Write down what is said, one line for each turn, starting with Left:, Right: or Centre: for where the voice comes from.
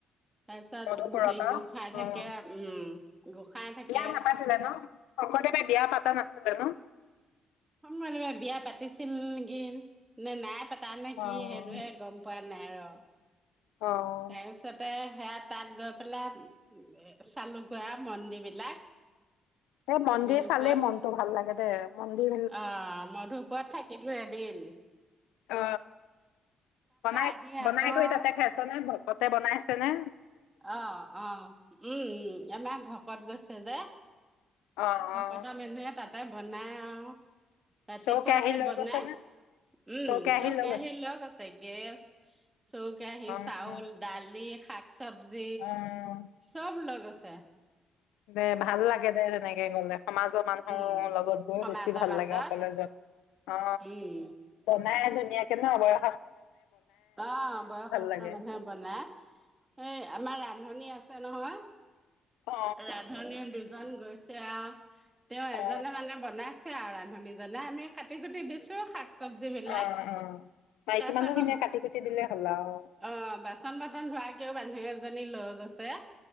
Right: তাৰ পিছত
Left: মধুপুৰত
Right: হেই
Left: অ',
Right: গোহাঁই
Left: অ',
Right: থাকে উম। গোসাঁই থাকে
Left: বিয়া নাপাতিলে ন শংকৰদেৱে বিয়া পাতা নাছিলে ন
Right: শকৰদেবে বিয়া পাতিছিল নিকি নে নাই পাতা নে
Left: অ',
Right: কি সেইটোহে গম পোৱা নাই ৰ।
Left: অ',
Right: তাৰ পিছতে সেয়া তাত গৈ পেলাই চালো গৈ আও মন্দিৰ বিলাক।
Left: এই মন্দিৰ
Right: মধুপুৱত
Left: চালেই মনটো ভাল লাগে দে মন্দিৰ
Right: অ মধুপুৱত থাকিলো এ বিল
Left: অ বনাই
Right: আহি
Left: বনাই
Right: আকৌ
Left: কৰি তাতে খাইছনে ভকতে বনাইছেনে
Right: অহ অহ উম আমাৰ ভকত গৈছে যে
Left: অ',
Right: ভকত
Left: অ',
Right: মানুহে তাতে বনায় আও ৰাতিপুৱাতে
Left: চৌকেৰাহী লৈ
Right: বনাই।
Left: গৈছে নে?
Right: উম
Left: চৌকেৰাহী
Right: চব কেয়াহী
Left: গৈছে
Right: লৈ গৈছে গেছ চৌও-কেৰাহী
Left: অ',
Right: চাউল
Left: অ',
Right: দালি চব্জি
Left: অ',
Right: চব লৈ গৈছে।
Left: দে ভাল লাগে দে সেনেকে গলে। সমাজৰ মানুহৰ
Right: উম,
Left: লগত গৈ
Right: সমাজৰ
Left: বেছি ভাল
Right: মাজত,
Left: লাগে অকলে যোৱাতকে অ
Right: উম,
Left: বনাই ধুনীয়াকে ন বয়
Right: অ বয়সস্থ
Left: লাগে।
Right: মানুহে বনায় এই আমাৰ ৰান্ধনী আছে। নহয়,
Left: অ
Right: ৰান্ধনীৰ দুজন গৈছে আৰু। তেওঁ
Left: অ
Right: এজনে মানে বনাইছে আৰু ৰান্ধনীজনে এনে কাটি-কুটি দিছে শাক-চবজি বিলাক,
Left: অ অ মাইকী
Right: তাৰপিছত
Left: মানুহখিনিয়ে কাটি কুটি দিলে হ'ল আৰু
Right: অ বাচন বতন ধোৱা। তাকেও মানুহ এজনী লৈ গৈছে